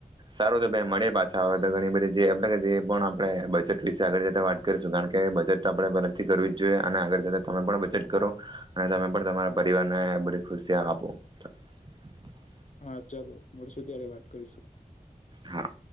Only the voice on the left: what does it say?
હા ચાલો મળશું ત્યારે વાત કરીશું